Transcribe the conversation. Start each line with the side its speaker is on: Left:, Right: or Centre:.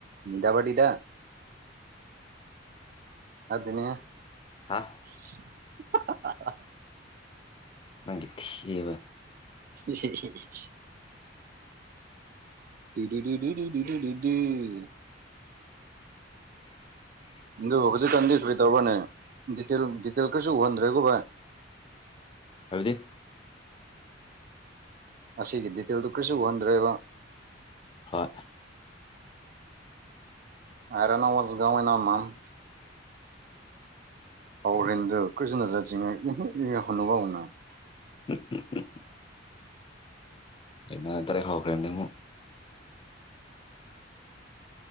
Right: ꯗꯥꯕꯂꯤꯗ ꯑꯗꯨꯅꯦ
Left: ꯍꯥ
Right: <unintelligible>
Left: ꯅꯪꯒꯤ ꯊꯤꯕ
Right: <unintelligible> <unintelligible> ꯑꯗꯨ ꯍꯧꯖꯤꯛꯀꯥꯟꯗꯤ ꯀꯔꯤ ꯇꯧꯕꯔꯅꯦ ꯗꯤꯇꯦꯜ ꯗꯤꯇꯦꯜ ꯈꯔꯁꯨ ꯎꯍꯟꯗ꯭ꯔꯦꯀꯣ ꯚꯥꯏ
Left: ꯍꯥꯏꯕꯗꯤ
Right: ꯃꯁꯤꯒꯤ ꯗꯤꯇꯦꯜꯗꯨ ꯀꯔꯤꯁꯨ ꯎꯍꯟꯗ꯭ꯔꯦꯕ
Left: ꯍꯣꯏ
Right: <unintelligible> <unintelligible>
Left: <unintelligible> ꯑꯩꯅ <unintelligible>